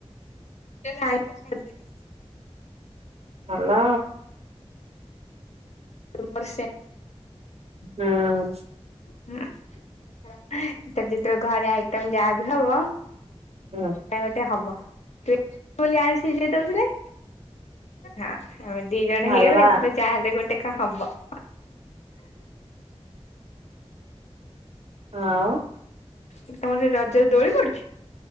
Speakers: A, on the left; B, on the right.
A: ତାଲେ ଆଇଛ ଛାଡ଼ ଦେଲି
B: ନଲ
A: ମର ସେ
B: ହୁଁ
A: ହଁ ତ ଯେତେବେଳେ ଘରେ ଆଇଟମ ଯାହାବ ହବ।
B: ହୁଁ ହଁ
A: ଗୋଟେ ହବ। ସେ ବୋଲି ଆସି ଯ ତରେ ହଁ ଆମ ଦି ଜଣ
B: ଭଲ
A: ହେଇଗଲେ
B: ଆଉ
A: ଏଥର ଯାହାଲେ ଗୋଟେ ଟେକା ହ୍ବା <inaudible> <inaudible>
B: ଆଉ ଉ
A: ତମର ସେ ରଜରେ ଦୋଳି ପଡୁଛି।